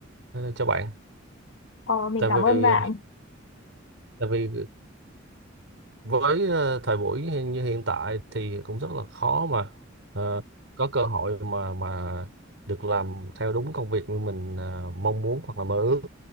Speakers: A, on the right; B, on the left.
A: cho bạn
B: Ờ, mình
A: tại
B: cảm
A: vì
B: ơn bạn.
A: tại vì với ờ, thời buổi hiện- như hiện tại thì cũng rất là khó mà ờ, có cơ hội mà mà được làm theo đúng công việc như mình ờ, mong muốn hoặc là mơ ước